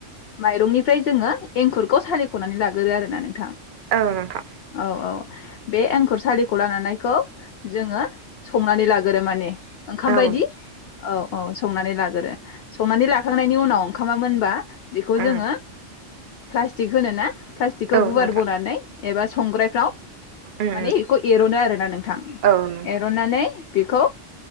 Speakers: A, on the left (about 60°); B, on the right (about 60°).
A: माइरंनिफ्राय जोङो एंखुरखौ सालिख'नानै लागोरो आरोना नोंथां।
B: औ नोंथां।
A: औ बे एंखुर सलिखौ लानानैखौ जोङो। संनानै लागोरो माने ओंखाम
B: औ
A: बायदि
B: नोंथां
A: औ औ संनानै लागोरो संनानै लाखांनायनि उनाव ओंखामा मोनबा। बेखौ
B: औ
A: जोङो। प्लास्टिक होनो ना। प्लास्टिकखौ
B: औ
A: गुवार
B: नोंथां
A: बनानै। एबा संग्राफ्राव। माने
B: उम
A: बेखौ एर'नो आरोना नोंथां
B: औ नोंथां
A: एरननानै।
B: उम
A: बेखौ।